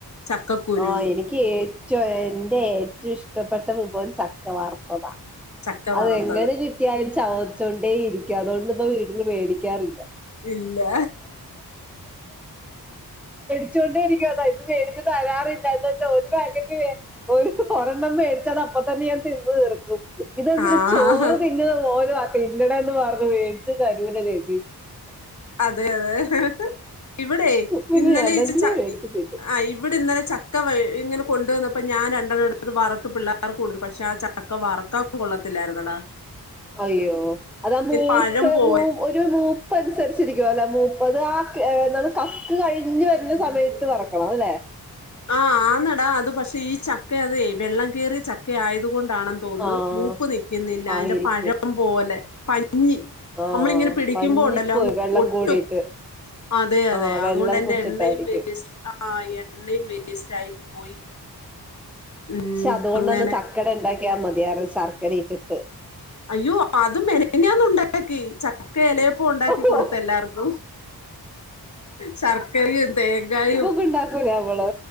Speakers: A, on the left; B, in the centre.
A: ചക്കക്കുരു
B: ആഹ് എനിക്ക് ഏറ്റവും എന്റെ ഏറ്റവും ഇഷ് ഷ്ടപ്പെട്ട വിഭവം ചക്കവാർത്തത.
A: ചക്ക
B: അതെങ്ങനെ
A: വറുത്തത്
B: കിട്ടിയാലും ചവച്ചൊണ്ടേ ഇരിക്കും അതുകൊണ്ട് ഇപ്പ വീടില് മേടിക്കാറില്ല.
A: ഇല്ല
B: ച്ചോണ്ടിരിക്കും അ ഇത് മേടിച്ച് തരാറില്ല എന്ന് വെച്ചാ ഒരു പാകറ്റ് വേ ഒരെണ്ണം വേടിച്ച പത്തന്നെ ഞാൻ തിന്നു തീർക്കും. ഇതെന്ത്
A: ആ
B: ചോറ് തിന്നണ പോലെ തിന്നണെന്ന് പറഞ്ഞ് മേട്ച്ച് തരൂല ചേച്ചി.
A: അതെ അതെ ഇവിടെ
B: പിന്നെ
A: ഇന്നലെ
B: ഞാൻ തന്നെ
A: <unintelligible>
B: മേടിച്ച് തിന്നും
A: ഇന്നലെ ചക്ക ഇങ്ങനെ കൊണ്ട്‌വന്നപ്പോ ഞാൻ രണ്ടെണ്ണം എട്ത്ത് വറ്ത്ത് പിള്ളേർക്ക് കൊടുത്ത് പക്ഷെ ആ ചക്ക വർക്കാൻ ഒട്ടും കൊള്ളത്തില്ലായിര്ന്നെടാ.
B: അയ്യോ അതാ മൂത്ത
A: പഴം പോലെ
B: മൂ ഒരു മൂപ്പൻസര്ച്ചിരി ല്ല മുപ്പത് ആ എന്തന്ന് കക്ക് കഴിഞ്ഞ് വര്ന്ന സമയത്ത് വറക്കണം അല്ലേ
A: ആഹ് ആന്നടാ അത് പക്ഷെ ഈ ചക്ക അതെ വെള്ളം കയറിയ ചക്ക ആയത് കൊണ്ട് ണ്ടാണെന്ന് തോന്ന്ന്ന്
B: ആഹ്
A: മൂപ്പ് നിക്ക്ന്നില്ല
B: ആയിരിക്കും.
A: അതിന്റെ പഴം പോലെ പഴ് ഞ്ഞി
B: ആഹ്
A: ന്നമ്മളിങ്ങനെ പിടിക്യുബോ
B: പഞ്ഞിപ്പോയി
A: ണ്ടല്ലോ
B: വെള്ളം
A: ഒട്ടും.
B: കൂടിയിട്ട്.
A: അതെ അതെ
B: ആഹ് വെള്ളം
A: അത്കൊണ്ടെന്റെ
B: കുടിച്ചിട്ടായിരിക്കും.
A: എണ്ണയും വേസ്റ്റ്ആയൻ എണ്ണയും വേസ്റ്റായി പോയി. ഉം
B: ക്ഷെ അത്‌കൊണ്ടെന്നെ
A: അങ്ങനെ
B: ചക്കട ഇണ്ടാക്യാ മതിയാർന്ന് ശർക്കര ഇടിട്ട്
A: അയ്യോ അത് മെനഞ്ഞാന്നുണ്ടാക്കി ച എലയപ്പം ഉണ്ടാക്കി
B: ഓഹോ,
A: കൊട്ത്ത് എല്ലാർക്കും ശർക്കയും തേങ്ങായും
B: <inaudible> ഇണ്ടാക്കൂലെ ന്നമ്മള്